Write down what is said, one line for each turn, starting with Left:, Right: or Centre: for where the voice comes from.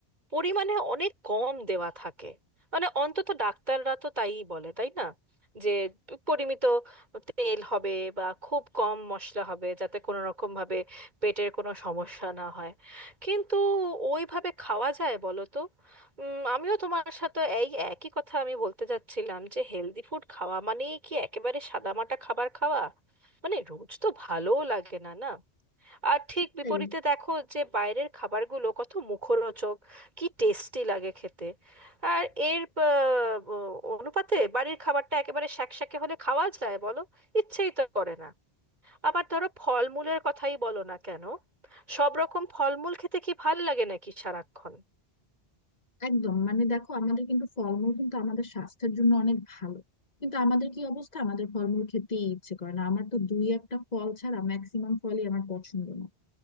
Right: পরিমাণে অনেক কম দেওয়া থাকে মানে অন্তত ডাক্তাররা তো তাইই বলে তাই না যে পরিমিত তেল হবে বা খুব কম মশলা হবে যাতে কোনো রকম ভাবে পেটের কোনো সমস্যা না হয় কিন্তু ওইভাবে খাওয়া যায় বলো তো উম, আমিও তোমার সাথে এই একই কথা আমি বলতে যাচ্ছিলাম যে হেলদি ফুড খাওয়া মানে কি একেবারে সাদামাটা খাবার খাওয়া মানে রোজ তো ভালোও লাগে না না আর ঠিক
Left: সেটাই
Right: বিপরীতে দেখো যে বাইরের খাবারগুলো কত মুখরোচক কি টেস্টি লাগে খেতে আর এর আহ, অনুপাতে বাড়ির খাবারটা একেবারে শ্যাকশ্যাকে হলে খাওয়া যায় বলো ইচ্ছেই তো করে না আবার ধরো ফলমূলের কথাই বলো না কেন সব রকম ফলমূল খেতে কি ভাল লাগে নাকি সারাক্ষণ
Left: একদম মানে দেখো আমাদের কিন্তু ফলমূল কিন্তু আমাদের স্বাস্থ্যের জন্য অনেক ভালো কিন্তু আমাদের কি অবস্থা আমাদের ফলমূল খেতেই ইচ্ছে করে না আমার তো দুই একটা ফল ছাড়া ম্যাক্সিমাম ফলই আমার পছন্দ না